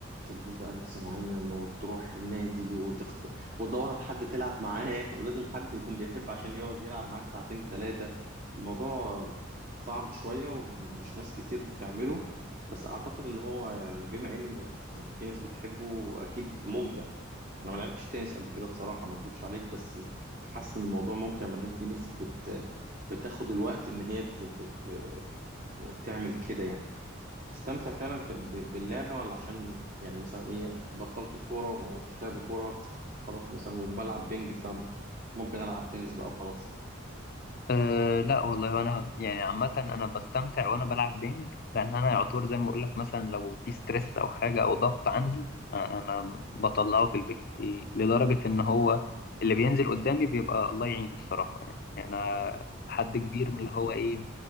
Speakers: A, on the right (about 40°); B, on the left (about 50°).
A: تلبس بقى لبس معين وتروح النادي وتخت... وتدور على حد تلعب معاه <laughs> ولازم حد يكون بيحب عشان يقعد يلعب معاك ساعتين ثلاثه الموضوع صعب شويه ومش ناس كتير بتعمله بس اعتقد ان هو يعني بما ان في ناس بتحبه اكيد ممتع انا ما لعبتش تنس قبل كده بصراحه ما اكدبش عليك بس حاسس ان الموضوع ممتع ما دام في ناس بت بتاخد الوقت ان هي ت... ت... ت... تعمل كده يعني تستمتع فعلا في... ب... باللعبه ولا عشان يعني مثلا ايه بطلت الكوره وما فيش لعب كوره خلاص مثلا وبلعب بينج فممكن العب تنس بقى وخلاص
B: أه لا والله وانا يعني عامة انا بستمتع وانا بلعب بينج لان انا يعتبر زي ما اقول لك مثلا لو في ستريس او حاجة او ضغط عندي آه، انا بطلعه في البينج لدرجة ان هو
A: مم.
B: اللي بينزل قدامي بيبقى الله يعينه الصراحة يعني انا حد كبير من اللي هو ايه